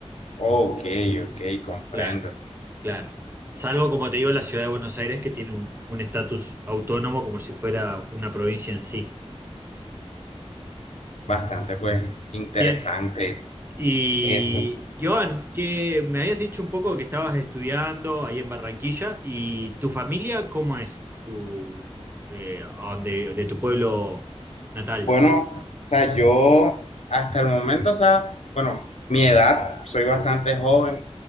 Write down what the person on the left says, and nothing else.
Ok, ok, comprendo.
Bastante pues interesante
eso.
Bueno, o sea, yo hasta el momento, o sea, bueno, mi edad, soy bastante joven,